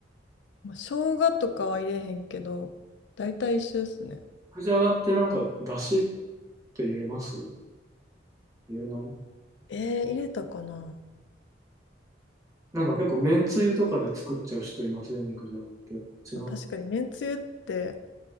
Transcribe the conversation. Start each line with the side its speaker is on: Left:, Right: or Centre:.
Left: まあ、生姜とかは入れへんけど、大体一緒ですね。
Right: 肉じゃがってなんか、だしって入れます入れない
Left: えー、入れたかな。
Right: なんか結構、めんつゆとかで作っちゃう人いません肉じゃがって。違う。
Left: まあ、確かに、めんつゆって